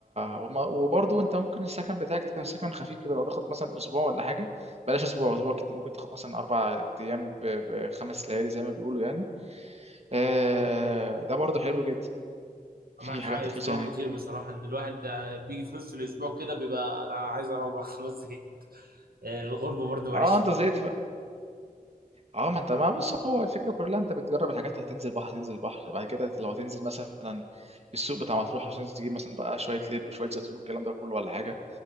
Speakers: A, on the right; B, on the right.
A: وما- وبرضه انت ممكن السكن بتاعك تبقى سكن خفيف كده لو تاخد مثلا اسبوع ولا حاجه بلاش اسبوع اسبوع كتير ممكن تاخد مثلا اربع ايام ب- بخمس ليالي زي ما بيقولوا يعني آه، ده برضه حلو جدا في
B: معاك
A: حاجات
B: حق أسبوع
A: رخيصه هناك
B: كتير بصراحة إن الواحد آه، بيجي في نص الأسبوع كده بيبقى أنا عايز أروح <laughs> خلاص زهقت آه، الغربة برضو
A: اه
B: وحشة
A: انت زهقت اه ما انت ما بص هو الفكره كلها انت بتجرب الحاجات هتنزل بحر هتنزل بحر بعد كده لو هتنزل مثلا السوق بتاع مطروح عشان تجيب مثلا بقى شويه لب وشويه زيتون والكلام ده كله ولا حاجه